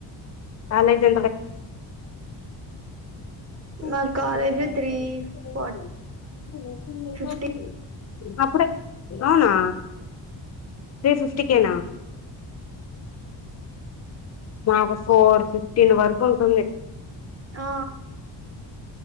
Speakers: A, on the left; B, on the right.
A: వాళ్ళకి <unintelligible>
B: మా కాలేజ్ త్రీ ఫార్ ఫిఫ్టీకి
A: ది అప్పుడే అవునా త్రీ ఫిఫ్టీకేనా మాకు ఫోర్ ఫిఫ్టీన్ వరకు ఉంటుంది
B: ఆ